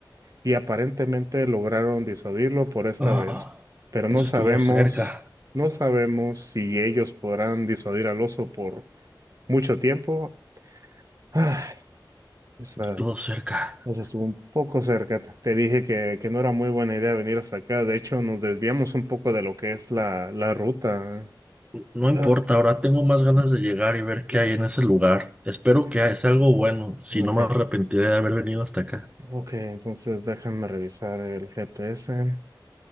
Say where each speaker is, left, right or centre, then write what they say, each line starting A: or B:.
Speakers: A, on the right (about 45°); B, on the right (about 15°).
A: y aparentemente lograron disuadirlo por esta
B: Ah,
A: vez, pero no
B: eso
A: sabemos,
B: estuvo cerca,
A: no sabemos si ellos podrán disuadir al oso por mucho tiempo. Ah, esa,
B: estuvo cerca.
A: esa estuvo un poco cerca. Te te dije que, que no era muy buena idea venir hasta acá. De hecho, nos desviamos un poco de lo que es la, la ruta.
B: No importa,
A: Ah,
B: ahora tengo más ganas de llegar y ver qué
A: ok,
B: hay en ese lugar. Espero
A: ok,
B: que sea algo bueno, si
A: ok.
B: no me arrepentiré de haber venido hasta acá.
A: ok. Entonces déjame revisar el GPS.